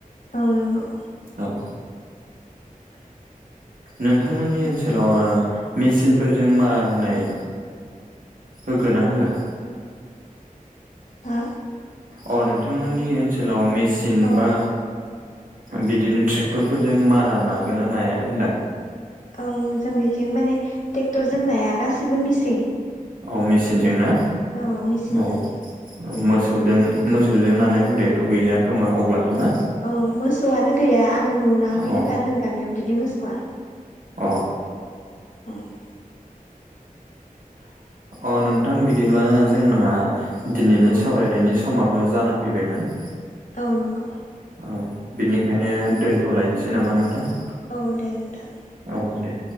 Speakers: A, on the left; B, on the right.
A: औ नंगौ।
B: औ नोंथांमोननि ओनसोलाव मेचिनफोरजों मारा होनाय होगोन ना होया?
A: हा
B: अ नोंथांमोननि ओनसोलाव मेसिन
A: औ
B: बा बिदिनो ट्रेक्टरफोरजों मारा नागोना नाया होनदां
A: औ जोंनिथिं माने ट्रेक्टर जों नाया गाससिबो मिसिं
B: औ मेचिनजों ना
A: औ मिसिंजों
B: औ मोसौजों मोसौजों नानाय हुदायाथ' गैलिया खोमा अब्लाथ' ना
A: औ मोसौआनो गैया आं नुराखैनोखा
B: अ
A: जों गामियाव बिदि मोसौआ
B: अ
A: अ
B: अ नोंथां बिदिब्ला जोंना दिनैनि
A: औ
B: सावरायनायनि समाबो जाना फैबायमोन।
A: औ नंगौ।
B: औ बिनिखायनो दोनथ'लायनोसै नामा नोंथां।
A: औ दे नोंथां।
B: औ दे।